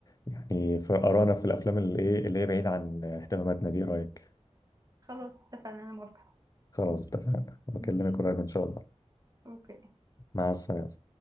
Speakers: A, on the left (about 30°); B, on the right (about 30°).
A: يعني فقرانا في الافلام اللي ايه اللي هي بعيد عن اهتماماتنا دي إيه رايك
B: خلاص اتفقنا انا موافقه
A: خلاص اتفقنا بكلمك
B: ماشي
A: قريب ان شاء الله
B: اوكي
A: مع السلامه